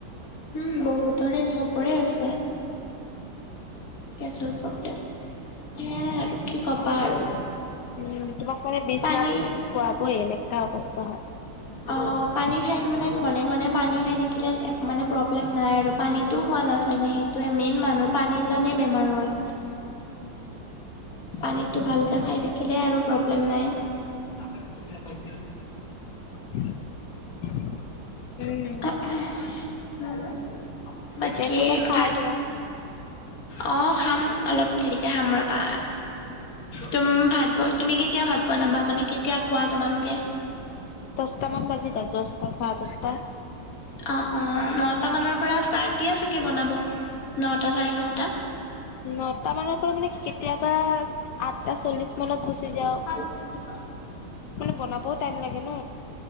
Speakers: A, on the left; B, on the left.
A: উম, বহুতৰে চবৰে, আছে। গেছৰ প্ৰব্লেম, সেয়াই আৰু কি ক'বা আৰু।
B: উম, তোমাক মানে বিশ্বনাথ
A: পানী
B: মানে, খোৱ বহি, এলেকা অৱস্থা হয়।
A: অ, পানী খাই মানে ঘনে, ঘনে, পানী খাই থাকিলে, মানে প্ৰব্লেম নাই আৰু পানীত টো, খোৱা নাযায় নে, সেইটোয়ে মেইন মানুহ, পানীৰ কাৰণে বেমাৰ হয়। পানীতটো ভালকে খাই থাকিলে আৰু প্ৰব্লেম নাই।
B: <unintelligible> উম,
A: <inaudible> বাকী
B: এতিয়া, কিবা খাই
A: ভাত
B: লোৱা।
A: অ, খাম অলপ দেৰিকে খাম ৰবা, তুম ভাত তুমি কেতিয়া ভাত বনাবা, মানে কেতিয়া খোৱা তোমালোকে।
B: দশটা, মান ভাজি, দশটা চাৰে দশটা।
A: অ, অ, নটা মানৰ পৰা, ষ্টাৰ্ট দিয়ে চাগে বনাব। নটা, চাৰে নটা।
B: নটা মানৰ পৰা, মানে কেতিয়াবা আঠটা চল্লিছ মানত গুচি যাওঁ।
A: <unintelligible>
B: মানে বনাবও, টাইম লাগে ন।